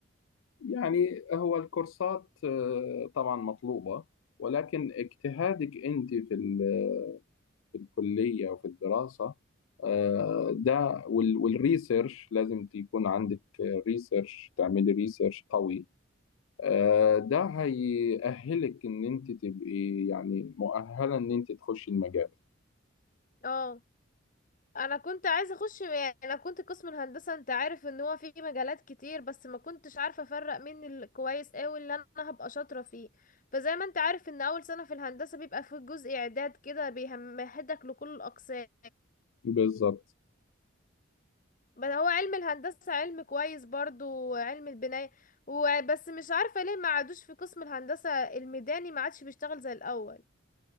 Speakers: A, on the left; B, on the left.
A: يعني هو الكورسات آه، طبعا مطلوبه ولكن اجتهادك انت في ال- في الكليه وفي الدراسه آه، ده وال- والريسيرش لازم تكون عندك آه، ريسيرش تعملي ريسيرش قوي آه، ده هيأهلك إن أنت تبقي يعني مؤهلة إن أنت تخشي المجال
B: اه انا كنت عايزه اخش يعني انا كنت قسم الهندسه انت عارف ان هو فيه مجالات كتير بس ما كنتش عارفه افرق مين الكويس قوي اللي انا هبقى شاطره فيه فزي ما انت عارف ان اول سنه في الهندسه بيبقى فيه جزء اعداد كده بيمهدك لكل الاقسام
A: بالظبط
B: بل هو علم الهندسة علم كويس برضو وعلم البناية وبس مش عارفة ليه ما عادوش في قسم الهندسة الميداني ما عادش بيشتغل زي الأول